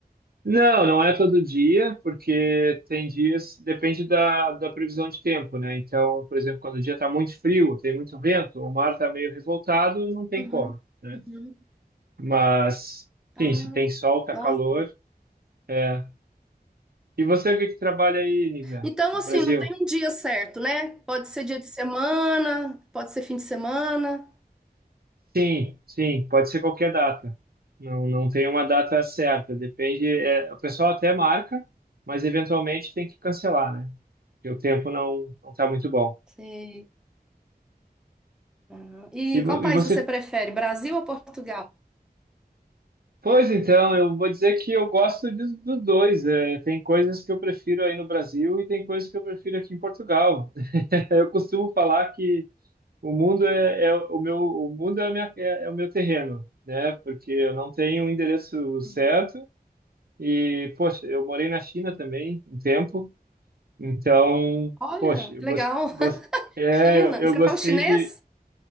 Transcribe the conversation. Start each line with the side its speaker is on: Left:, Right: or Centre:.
Right: Não, não é todo dia, porque tem dias, depende da, da previsão de tempo, né? Então, por exemplo, quando o dia está muito frio, tem muito vento, o mar está meio revoltado, não tem
Centre: Uhum,
Right: como, né?
Centre: uhum.
Right: Mas,
Centre: Ah,
Right: sim, se tem sol, tá
Centre: nossa.
Right: calor, é. E você, o que que trabalha aí, Nívia,
Centre: Então,
Right: no
Centre: assim,
Right: Brasil?
Centre: não tem um dia certo, né? Pode ser dia de semana, pode ser fim de semana.
Right: Sim, sim, pode ser qualquer data. Não, não tem uma data certa, depende. É, o pessoal até marca, mas eventualmente tem que cancelar, né? Porque o tempo não não está muito bom.
Centre: Sei. Aham. E
Right: E, vo-
Centre: qual país
Right: e você
Centre: você prefere, Brasil ou Portugal?
Right: Pois então, eu vou dizer que eu gosto de- dos dois. É, tem coisas que eu prefiro aí no Brasil e tem coisas que eu prefiro aqui em Portugal. <laughs> Eu costumo falar que o mundo é, é o meu, o mundo é, a minha- é- é o meu terreno, né? Porque eu não tenho um endereço certo
Centre: Uhum.
Right: e, poxa, eu morei na China também um tempo, então,
Centre: Olha,
Right: poxa, eu
Centre: que
Right: gos-
Centre: legal. <laughs>
Right: gos- é,
Centre: China.
Right: eu
Centre: E você
Right: eu gostei
Centre: fala chinês?
Right: de.